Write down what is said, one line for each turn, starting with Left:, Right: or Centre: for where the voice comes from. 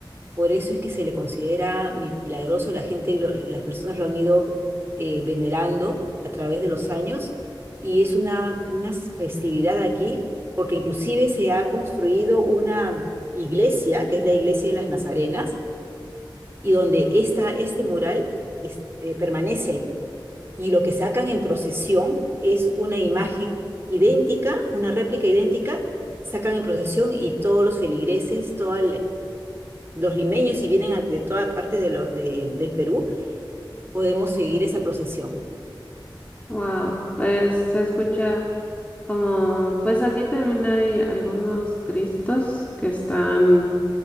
Right: Por eso es que se le considera milagroso, la gente, lo- las personas lo han ido eh, venerando a través de los años y es una, una festividad aquí porque inclusive se ha construido una iglesia, que es la iglesia de las Nazarenas, y donde esta, este mural es- eh, permanece allí y lo que sacan en procesión es una imagen idéntica, una réplica idéntica, sacan en procesión y todos los feligreses, todos los limeños, si vienen a- de todas partes de lo- de- del Perú, podemos seguir esa procesión
Left: Wow, pues se escucha como, pues aquí también hay algunos cristos que están,